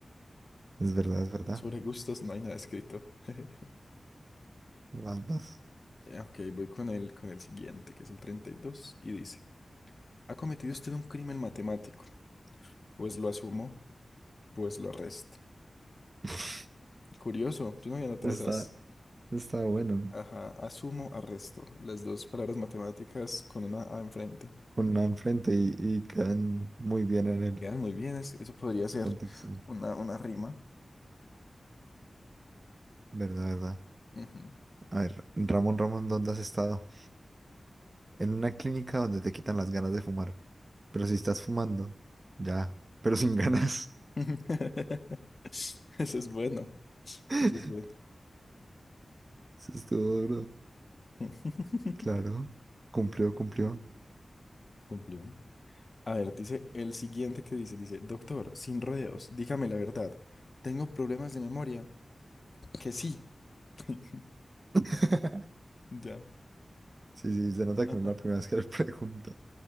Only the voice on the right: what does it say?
Es verdad, es verdad.
Vas, vas.
<laughs>
Está,
Está bueno, ¿no?
Con la enfrente y, y quedan muy bien en el
contexto.
Verdad, verdad.
A ver, Ramón, Ramón, ¿dónde has estado? En una clínica donde te quitan las ganas de fumar. Pero si estás fumando, ya, pero sin ganas.
<laughs> Eso
estuvo duro.
Claro, cumplió, cumplió.
<laughs>
Sí, sí, se nota
que no es la primera vez que le pregunta.